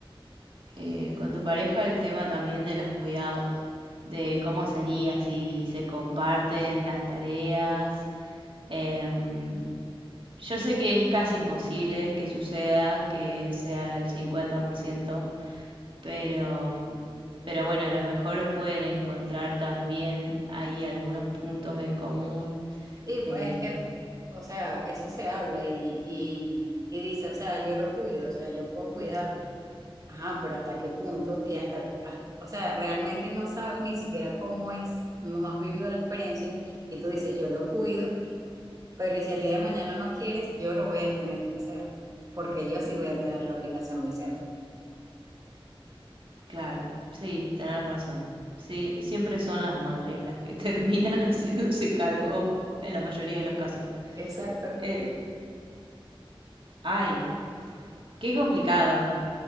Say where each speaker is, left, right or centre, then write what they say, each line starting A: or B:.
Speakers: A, on the right; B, on the right.
A: eh, con tu pareja el tema también de los cuidados, de cómo sería si se comparten las tareas. Em, yo sé que es casi imposible que suceda, que sea el 50%, pero, pero bueno, a lo mejor pueden encontrar también ahí algunos puntos en común.
B: Sí,
A: Em,
B: pues, es que, o sea, eso se habla y, y, y dice, o sea, yo lo cuido, o sea, yo puedo cuidarlo. Ajá, pero ¿hasta qué punto? Y hasta, hasta- o sea, realmente no sabes ni siquiera cómo es, no has vivido la experiencia y tú dices, yo lo cuido, pero ¿y si el día de mañana no quieres, yo lo voy a tener que hacer, porque yo sí voy a tener la obligación de hacerlo.
A: claro, sí, tenés razón. Sí, siempre son las madres las que <laughs> terminan haciéndose cargo, o en la mayoría de los casos.
B: Exacto.
A: Eh, ay, qué complicado.